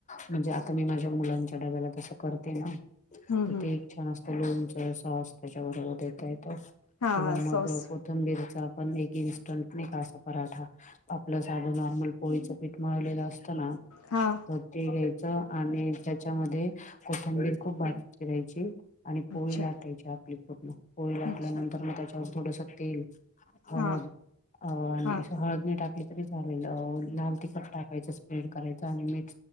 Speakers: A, on the left; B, on the left.
A: म्हणजे आता मी माझ्या मुलांच्या डब्याला तस करते ना
B: हम्म
A: तर
B: हम्म
A: ते छान असतं लूणच स्वास त्याच्याबरोबर देता येतो
B: हा
A: किंवा
B: हा
A: मग
B: सॉस
A: कोथंबीरचा इटंट का पराठा आपलं साध नॉर्मल पोळीचं पीठ मिळलेलं असतना
B: हा
A: धोती घ्यायचं आणि त्याच्यामध्ये कोथंबीर खूप बारीक राहायची आणि पोळी
B: अच्छा
A: लाटायची आपली पूर्ण पोळी लाटल्यानंतर
B: अच्छा
A: मग त्याच्यावर थोडसं तेल हळद
B: हा
A: अ आणि
B: हा
A: हळदने टाकली तरी चालेल लाल तख टाकायच स्प्रेड करायचं आणि मीठ